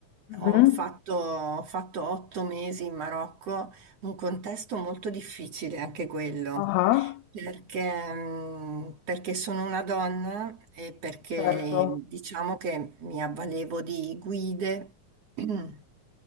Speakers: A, on the left (about 85°); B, on the right (about 50°).
A: Mhm.
B: ho fatto, ho fatto otto mesi in Marocco, un contesto molto difficile anche quello.
A: Ah,
B: Perché, mh, perché sono una donna e perché
A: certo.
B: diciamo che mi avvalevo di guide <clears throat>